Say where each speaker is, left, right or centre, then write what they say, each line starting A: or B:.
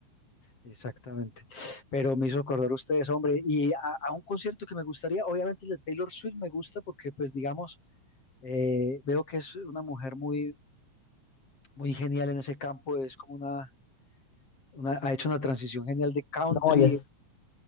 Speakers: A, on the left; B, on the left.
A: exactamente. Pero me hizo acordar ustedes, hombre, y a, a un concierto que me gustaría, obviamente el de Taylor Swift me gusta porque, pues, digamos, eh, veo que es una mujer muy, muy genial en ese campo, es como una, una- ha hecho una transición genial de country
B: No, ella es